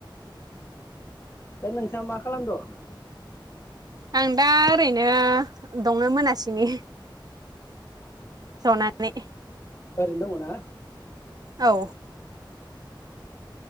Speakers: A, on the left; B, on the right.
A: दा नोंथाङा मा खालामद?
B: आं दा ओरैनो दङ मोनासिनि जनानै
A: ओरैनो दङना?
B: औ